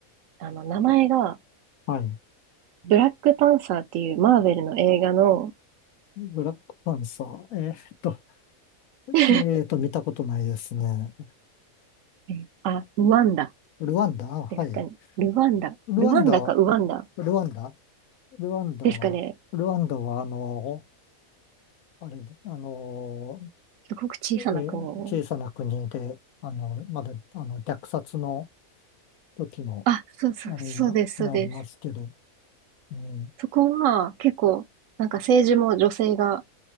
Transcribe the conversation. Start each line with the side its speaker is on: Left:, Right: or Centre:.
Right: あの、名前が、
Left: はい。
Right: ブラックパンサーっていうマーベルの映画の、
Left: ブラックパンサー。えーっと、
Right: <laughs> え
Left: えーっと、見たことないですね。
Right: ーあ、ルワンダ
Left: ルワンダあ、はい。
Right: ですかね。ルワンダ。
Left: ルワンダは、
Right: ルワンダかウワンダ
Left: ルワンダルワンダは、
Right: ですかね。
Left: ルワンダは、あの、あれ、あの、
Right: すごく小さな国。
Left: えー小さな国で、あの、まだ、あの、虐殺の時の、
Right: あ、そうそう、
Left: あれが、
Right: そうです、そうです。
Left: がありますけど、うん。
Right: そこは結構、なんか政治も女性が、